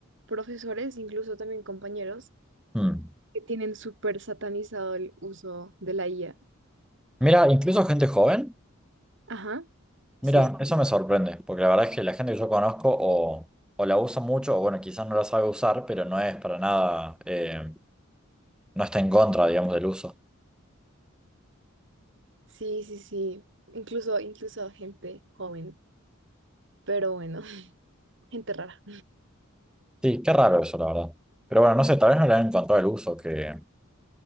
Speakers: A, on the right (about 60°); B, in the centre.
A: profesores, incluso también compañeros,
B: Hmm.
A: que tienen súper satanizado el uso de la IA.
B: Mira, incluso gente joven,
A: Ajá,
B: mira,
A: sí,
B: eso me sorprende, porque la verdad es que la gente que yo conozco o, o la usa mucho, o bueno, quizás no la sabe usar, pero no es para nada, eh, no está en contra, digamos, del uso.
A: sí, sí, sí. Incluso, incluso gente joven, pero bueno, <laughs> gente rara.
B: Sí, qué raro eso, la verdad. Pero bueno, no sé, tal vez no le han encontrado el uso que